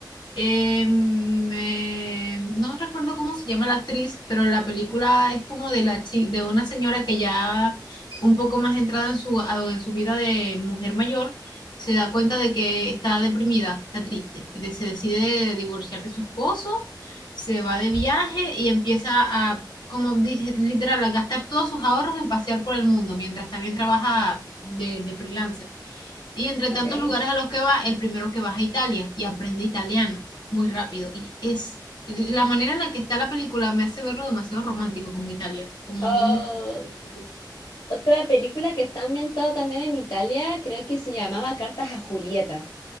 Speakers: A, on the left; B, on the left.
A: Eh, me- no recuerdo cómo se llama la actriz, pero la película es como de la chi- de una señora que ya un poco más entrada en su, a- en su vida de mujer mayor, se da cuenta de que está deprimida, que está triste, y de- se decide divorciar de su esposo, se va de viaje y empieza a, como dije, literal, a gastar todos sus ahorros en pasear por el mundo, mientras también trabaja de, de freelancer. Y entre
B: Ok.
A: tantos lugares a los que va, el primero que vas a Italia y aprende italiano muy rápido. Y es la manera en la que está la película me hace verlo demasiado romántico como Italia, como
B: Oh,
A: un destino turístico. <laughs>
B: Otra película que está ambientada también en Italia, creo que se llamaba Cartas a Julieta.